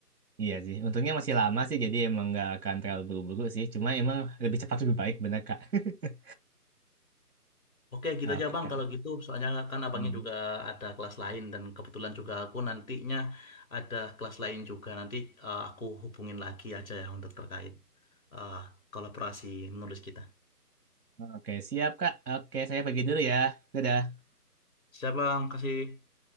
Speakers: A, on the right; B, on the left.
A: Iya sih, untungnya masih lama sih, jadi emang nggak akan terlalu buru-buru sih. Cuma emang lebih cepat lebih baik, bener Kak. <laughs>
B: Oke, gitu
A: Oke,
B: aja Bang
A: Kak.
B: kalau gitu. Soalnya kan abangnya
A: Hmm.
B: juga ada kelas lain dan kebetulan juga aku nantinya ada kelas lain juga. Nanti eh, aku hubungin lagi aja ya untuk terkait eh, kolaborasi menulis kita.
A: Oke, siap, Kak. Oke, saya pergi dulu ya. Dadah.
B: Siap Bang, kasih.